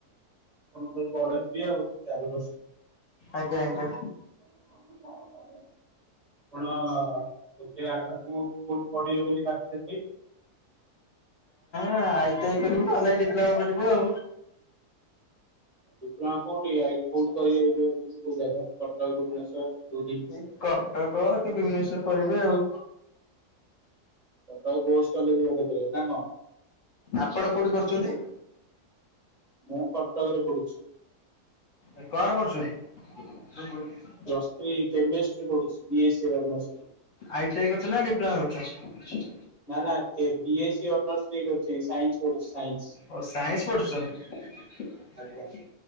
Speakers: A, on the right; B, on the left.
A: ଆପଣଙ୍କ <unintelligible> ଚାରି ବର୍ଷ
B: ଆଜ୍ଞା ଆଜ୍ଞା।
A: <unintelligible> ଆପଣ ଏବେ ଆଗକୁ କୋଉଠି ପଢିବେ ବୋଲି ଭାବିଛନ୍ତି?
B: ହଁ ଆଇଟିଆଇ କରିବୁ ନହେଲେ ନାହିଁ ଡିପ୍ଲୋମା କରିବୁ ଆଉ।
A: ଡିପ୍ଲୋମା କୋଉଠି ଆଇ କଉଠି କରିବ ବୋଲି ଭାବିଚନ୍ତି କୋଉ ଜାଗା କଟକ ଭୁବନେଶ୍ୱର? ପୁରୀ?
B: ଏଇ କଟକ କି ଭୁବନେଶ୍ଵର କରିବି ଆଉ।
A: କଟକ କୋଉ ହଷ୍ଟେଲରେ <unintelligible> କରିବ ନା କଣ?
B: ଆପଣ କୋଉଠି କରୁଛନ୍ତି?
A: ମୁଁ କଟକରେ ପଢ଼ୁଛି।
B: ଏ କଣ କରୁଛନ୍ତି?
A: ପ୍ଲସ୍ ଥ୍ରୀ କେମିଷ୍ଟ୍ରି ପଢୁଛି ବି ଏସ ସି ଅନର୍ଶ ରେ।
B: ଆଇଟିଆଇ କରୁଚ ନା ଡିପ୍ଲୋମା କରୁଚ?
A: ନା ନା ବି ଏ ସି ଅନର୍ଶ ରେ କରୁଛି ସାଇନ୍ସ ପଢୁଛି ସାଇନ୍ସ।
B: ଓ ସାଇନ୍ସ ପଢୁଛନ୍ତି
A: ଆଜ୍ଞା।